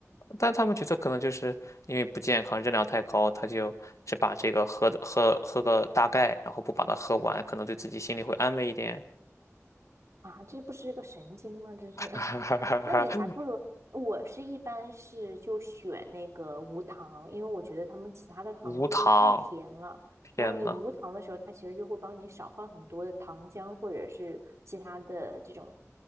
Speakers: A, on the left; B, on the right.
A: 但他们觉得可能就是因为不健康，热量太高，他就只把这个喝的喝喝个大概，然后不把它喝完，可能对自己心里会安慰一点。
B: 啊，这不是个神经吗？这是，
A: <laughs>
B: <laughs> 那你还不如我是一般是就选那个无糖，因为我觉得他们其他的糖度都太甜了。
A: 无糖，天呐，
B: 然后你无糖的时候，它其实就会帮你少放很多的糖浆或者是其他的这种